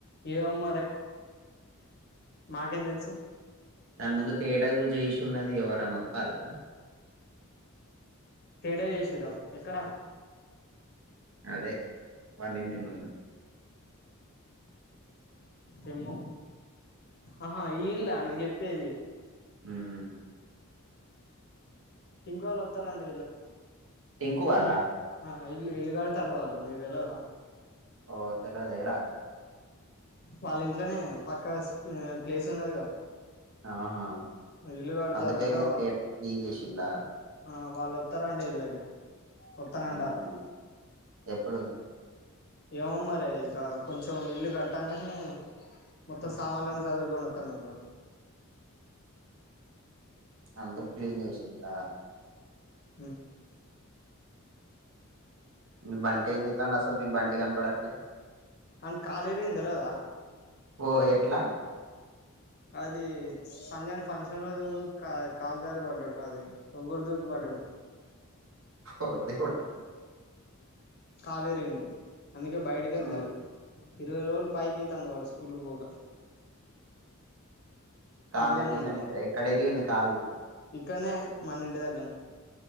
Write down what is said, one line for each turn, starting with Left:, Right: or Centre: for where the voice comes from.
Left: ఏమో మరే మాకేం తెలుసు
Right: దాని ముందు తేటగా చేయుచున్నది ఎవరన్నా వస్తారా
Left: తేటగా చేసిర్రా ఎక్కడ
Right: అదే వాళ్ళింటి ముందు
Left: ఎమ్మో ఆహా ఈ ఇల్లా నువ్వు చెప్పేది
Right: హుమ్
Left: ఇంకోళ్ళు వస్తారు అంట
Right: టింకు
Left: అది
Right: వాళ్ళ
Left: ఇల్లు ఇల్లు కడతారు వాళ్ళు నీకు తెలవదా
Right: ఓ తెలవదు ఏడ
Left: వాళ్ళ ఇంట్లనే పక్కా ప్లేస్ ఉన్నదిగా
Right: ఆహా
Left: ఇల్లు కడతారంట
Right: అందుకి ఇగ అది
Left: వాళ్ళు
Right: క్లీన్ చేసిర్రా
Left: ఆ వాళ్ళు వస్తారంట ఇళ్ళకి వస్తానంటారు
Right: ఆహా, ఎప్పుడు
Left: ఏమో మరి ఇగా కొంచెం ఇల్లు కట్టాంగానే మొత్తం సామాన్లన్నీ సదురుకొని ఓత్తనన్నారు
Right: అందుకు క్లీన్ చేసింల్ల
Left: ఉ
Right: మీ బంటి ఏం చేస్తాండు అసలు మీ బంటి కనపడట్లే
Left: వానికి కాలు ఇరిగింది తెలవదా
Right: ఓ ఎట్లా
Left: అది సంజని ఫంక్షన్ రోజు కా కాల్ జారీ పడ్డాడు అది ఒంగుడు దుంగుడు పడ్డాడు <inaudible>
Right: ఓ దేవుడా
Left: కాల్ ఇరిగింది అందుకే బయటికి ఎల్తలే
Right: ఆ,
Left: ఇరవై రోజు పైకి అయితాంది వాడు స్కూల్ పోకా
Right: కాలు
Left: ఇంట్లోనే
Right: ఇరిగిన
Left: ఉంటాను
Right: ఎక్కడ ఇరిగింది కాలు
Left: ఇక్కడనే మన్ని ఇంటి దగ్గనే